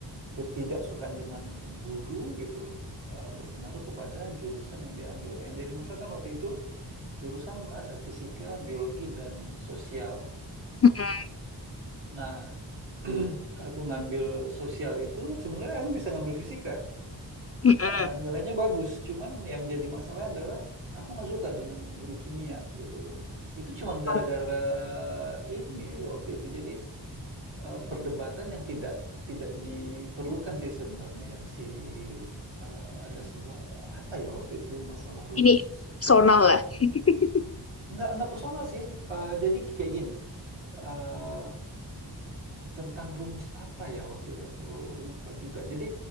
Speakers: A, on the right; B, on the left.
A: ketidaksukaan dengan guru gitu loh, eee, berpengaruh kepada jurusan yang diambil. Yang jadi masalah kan waktu itu jurusan ada fisika, biologi, dan sosial.
B: mm,
A: Nah, <clears throat> aku ngambil sosial itu sebenarnya aku bisa ngambil fisika.
B: mm,
A: eh, nilainya bagus. Cuman yang jadi masalah adalah aku nggak suka dengan guru kimia gitu loh. Itu cuman gara-gara
B: mm.
A: ini waktu itu. Jadi eh, perdebatan yang tidak tidak diperlukan sih sebenarnya yang si eh, ada sebuah apa ya waktu itu masalah rumus
B: ini personal lah. <laughs>
A: nggak nggak personal sih Eh, jadi kayak gini Eh, Tentang rumus apa ya waktu itu aku lupa juga. Jadi